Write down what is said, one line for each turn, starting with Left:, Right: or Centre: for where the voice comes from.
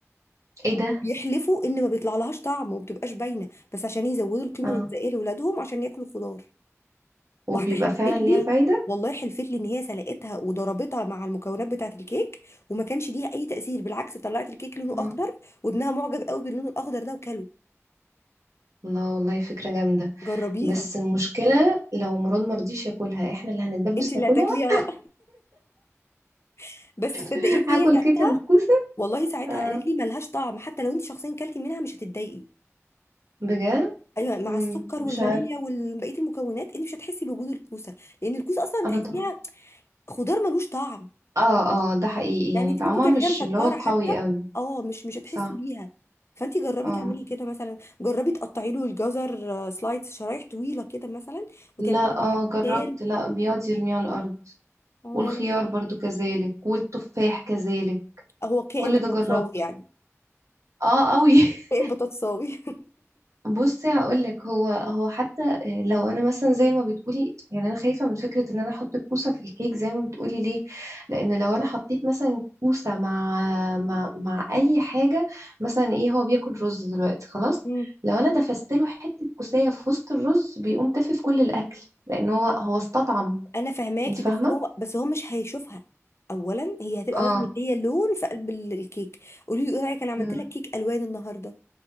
Right: ايه ده
Left: وبيحلفوا ان ما بيطلع لهاش طعم وما بتبقاش باينه بس عشان يزودوا القيمه
Right: اه
Left: الغذائيه لاولادهم عشان ياكلوا خضار
Right: وبيبقى
Left: واحده حلفت
Right: فعلا ليها
Left: لي
Right: فايدة
Left: والله حلفت لي ان هي سلقتها وضربتها مع المكونات بتاعه الكيك وما كانش ليها اي تاثير بالعكس طلعت الكيك لونه اخضر
Right: آه.
Left: وابنها معجب قوي باللون الاخضر ده وكله
Right: الله والله فكرة جامدة
Left: جربيها
Right: بس المشكلة لو مراد مرضيش ياكلها احنا اللي هنتدبس
Left: انت اللي
Right: ناكلها
Left: هتاكليها بقى <laughs> بس صدقيني
Right: <laughs> هاكل
Left: هي ساعتها
Right: كيكة بالكوسة
Left: والله ساعتها
Right: اه
Left: قالت لي ملهاش طعم حتى لو انت شخصيا كلتي منها مش هتتضايقي
Right: بجد
Left: ايوه مع
Right: امم
Left: السكر
Right: مش
Left: والفانيليا
Right: عارف
Left: وبقيه المكونات انت مش هتحسي بوجود الكوسه لان الكوسه اصلا
Right: انا
Left: تحسيها
Right: طبعا
Left: خضار ملوش طعم
Right: اه اه ده حقيقي
Left: يعني
Right: يعني
Left: انت
Right: طعمها
Left: ممكن تعمليها
Right: مش
Left: <laughs> مسكره
Right: اللي هو قوي
Left: حتى
Right: قوي
Left: اه مش مش هتحسي
Right: صح
Left: بيها فانت جربي
Right: اه
Left: تعملي كده مثلا جربي تقطعي له الجزر آه، سلايس شرايح طويله كده مثلا وتعملي
Right: لا اه جربت
Left: كان
Right: لا بيقعد يرميها على الارض
Left: اه
Right: والخيار برضو كذلك والتفاح كذلك
Left: هو كائن
Right: كل
Left: بطاطساوي
Right: ده جربته
Left: يعني
Right: اه قوي
Left: كائن
Right: <laughs>
Left: بطاطساوي
Right: بصي هقولك هو هو حتى لو انا مثلا زي ما بتقولي يعني انا خايفه من فكره ان انا احط الكوسه في الكيك زي ما بتقولي ليه لان لو انا حطيت مثلا كوسه مع مع مع اي حاجه مثلا ايه هو بياكل رز دلوقتي خلاص
Left: <laughs> مم.
Right: لو انا دفست له حته كوسيه في وسط الرز بيقوم تافه في كل الاكل لان هو هو استطعم
Left: انا فهماكي
Right: انت فاهمه
Left: بس هو بس هو مش هيشوفها اولا هي هتبقى
Right: اه
Left: بس مديه لون في قلب ال- الكيك قولي له ايه رايك انا عملت
Right: مم.
Left: لك كيك الوان النهارده